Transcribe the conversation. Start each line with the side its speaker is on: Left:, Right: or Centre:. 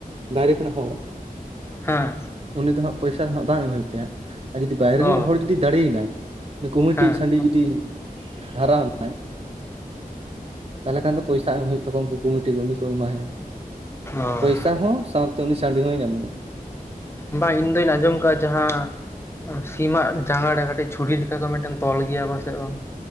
Right: ᱫᱟᱨᱮ ᱠᱚᱱᱟ ᱦᱚᱲ᱾
Left: ᱦᱮᱸ
Right: ᱩᱱᱤ ᱫᱚ ᱦᱟᱸᱜ ᱯᱚᱭᱥᱟ ᱫᱚ ᱦᱟᱸᱜ ᱵᱟᱝ ᱮᱢ ᱦᱩᱭᱩᱜ ᱛᱟᱭᱟ ᱟᱨ ᱡᱩᱫᱤ ᱵᱟᱭᱨᱮ
Left: ᱚ
Right: ᱨᱮᱱᱤᱡ ᱦᱚᱲ ᱡᱩᱫᱤ ᱫᱟᱲᱮᱭᱮᱱᱟᱭ ᱠᱚᱢᱤᱴᱤ
Left: ᱦᱮᱸ
Right: ᱥᱟᱺᱰᱤ ᱡᱩᱫᱤ ᱦᱟᱨᱟᱣ ᱱᱟ ᱛᱟᱦᱚᱞᱮ ᱠᱷᱟᱱ ᱫᱚ ᱯᱚᱭᱥᱟ ᱮᱢ ᱦᱩᱭᱩᱜ ᱛᱟᱠᱚᱣᱟ ᱩᱱᱠᱩ ᱠᱚᱢᱤᱴᱤ ᱜᱮ ᱩᱱᱤ ᱠᱚ ᱮᱢᱟᱭᱟ᱾
Left: ᱚ
Right: ᱯᱚᱭᱥᱟ ᱦᱚᱸ ᱥᱟᱶᱛᱮ ᱩᱱᱤ ᱥᱟᱺᱰᱤ ᱦᱚᱸᱭ ᱧᱟᱢᱮᱭᱟ᱾
Left: ᱵᱟᱝ ᱤᱧᱫᱩᱧ ᱟᱸᱡᱚᱢ ᱟᱠᱟᱜ-ᱟ ᱡᱟᱦᱟᱸ ᱥᱤᱢᱟᱜ ᱡᱟᱝᱜᱟ ᱨᱮ ᱠᱟᱹᱴᱤᱡ ᱪᱷᱩᱨᱤ ᱞᱮᱠᱟ ᱠᱚ ᱢᱤᱫᱴᱮᱱ ᱛᱚᱞ ᱜᱮᱭᱟ ᱵᱟᱝ